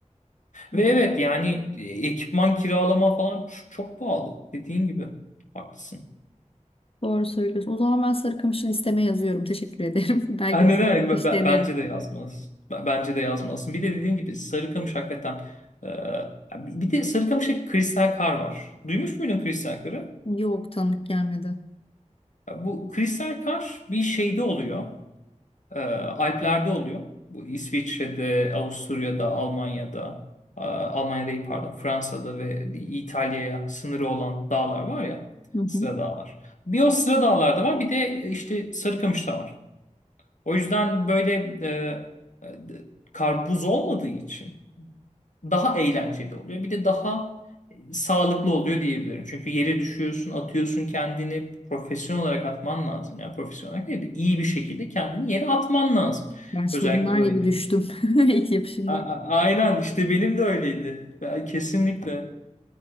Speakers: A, on the left (about 45°); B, on the left (about 70°).
A: Hı,
B: Ve evet yani e, ekipman kiralama falan ç- çok pahalı. Dediğin gibi. Haklısın.
A: Doğru söylüyorsun. O zaman ben Sarıkamış'ın listeme yazıyorum. Teşekkür ederim. <laughs> Belki
B: Yani
A: bir
B: ne
A: sonraki
B: demek? B-
A: iş
B: b-
A: denerim.
B: bence de yazmalısın. B- Bence de yazmalısın. Bir de dediğin gibi Sarıkamış hakikaten. e, bir de Sarıkamış'ta kristal kar var. Duymuş muydun kristal karı?
A: Yok tanıdık gelmedi.
B: Ya Bu kristal kar bir şeyde oluyor. Ee, Alplerde oluyor. Bu İsviçre'de, Avusturya'da, Almanya'da, e, Almanya değil pardon, Fransa'da ve İtalya'ya sınırı olan dağlar var ya,
A: Hı hı.
B: sıra dağlar. Bir o sıra dağlarda var, bir de işte Sarıkamış'ta var. O yüzden böyle e, e, karpuz olmadığı için daha eğlenceli oluyor. Bir de daha e, sağlıklı oluyor diyebilirim. Çünkü yere düşüyorsun, atıyorsun kendini profesyonel olarak atman lazım. Yani profesyonel olarak değil de iyi bir şekilde kendini yere atman lazım.
A: Ben şimdi
B: Özellikle
A: bunlar
B: öğrenirken.
A: gibi düştüm <laughs> ilk yapışımda.
B: A- a- aynen işte benim de öyleydi. Ben- Kesinlikle.